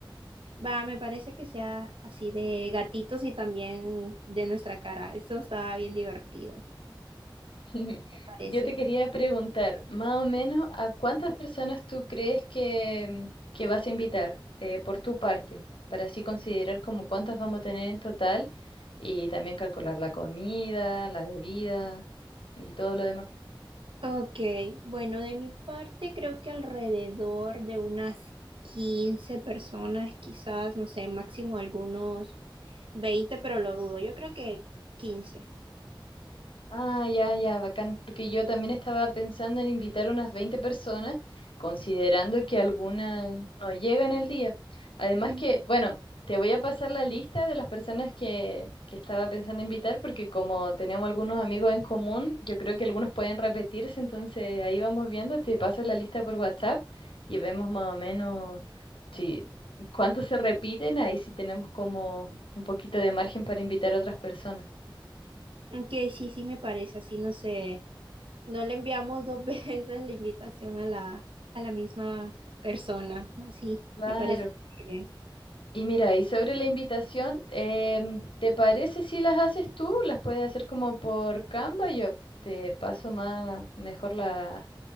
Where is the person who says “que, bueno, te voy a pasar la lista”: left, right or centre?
Left